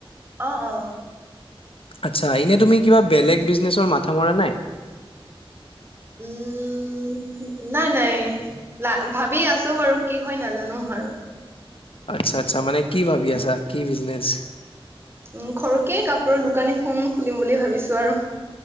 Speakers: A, on the right (about 25°); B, on the left (about 70°).
A: অ অ
B: আচ্ছা এনে তুমি কিবা বেলেগ বিজনেছৰ মাথা মৰা নাই
A: উম উ নাই নাই লা ভাবি আছো বাৰু কি হয় নাজানো আৰু
B: আচ্ছা আচ্ছা মানে কি ভাবি আছা কি বিজনেচ
A: উ সৰুকেই কাপোৰৰ দোকান এখন খুলিম বুলি ভাবিছো আৰু